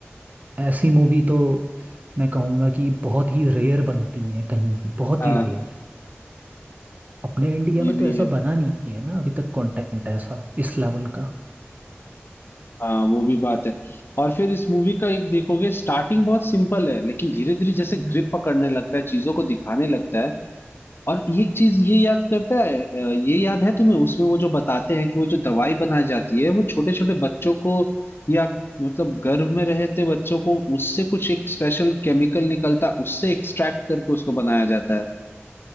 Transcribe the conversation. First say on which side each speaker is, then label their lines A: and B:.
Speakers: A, on the right (about 35°); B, on the left (about 55°).
A: ऐसी मूवी तो मैं कहूँगा कि बहुत ही रेयर बनती है कहीं भी बहुत
B: हाँ
A: ही रेयर अपने इंडिया
B: ये
A: में तो
B: भी
A: ऐसा
B: है
A: बना नहीं है ना अभी तक कंटेंट ऐसा इस लेवल का
B: हाँ वो भी बात है और फिर इस मूवी का एक देखोगे स्टार्टिंग बहुत सिंपल है लेकिन धीरे धीरे जैसे
A: हम्म।
B: ग्रिप पकड़ने लगता है चीजों को दिखाने लगता है और एक चीज ये याद करता है अ, ये याद है तुम्हें उसमें वो जो बताते हैं कि वो जो दवाई बनाई जाती है वो छोटे छोटे बच्चों को या मतलब गर्भ में रहते बच्चों को उससे कुछ एक स्पेशल केमिकल निकलता है उससे एक्सट्रैक्ट करके उसको बनाया जाता है